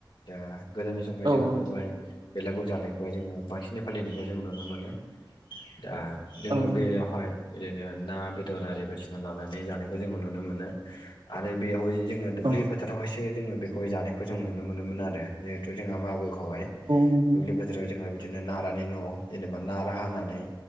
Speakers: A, on the left; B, on the right.
A: दा गोदोनि समाव जोङो
B: औ नोंथां
A: बेखौहाय बेलागुर जानायखौहाय जोङो बांसिनै फालिनायखौ जों नुनो मोनो दा जोङो
B: औ
A: बेयावहाय
B: नोंथां
A: बिदिनो ना बेदर आरि बायदिसिना लानानै जानायखौ जोङो नुनो मोनो आरो बेयाव जि जोङो दुब्लि
B: औ
A: फोथारावहायसो जोङो बेखौहाय जानायखौ जों नुनो मोनोमोन आरो जिहेथु जोंहा मागोखौहाय
B: औ नोंथां
A: दुब्लि बोथोराव जोङो बिदिनो नारानि न' जेनेबा नारा हानानै